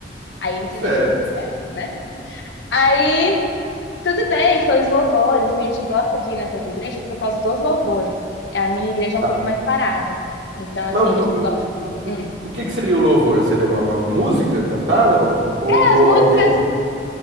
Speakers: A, on the left (about 70°); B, on the right (about 80°).
A: Aí nisso a
B: Certo.
A: gente já fica meio assim, né? Aí tudo bem, foi os louvores. A gente gosta de ir nessas igrejas por causa dos louvores. A minha igreja
B: Tá.
A: é um pouco mais parada. Então, assim,
B: Mas o,
A: a
B: o,
A: gente gosta.
B: o,
A: Hum.
B: o, o que que seria o louvor? Seria uma, uma música cantada? Uma- ou,
A: É,
B: ou
A: as músicas,
B: alguém.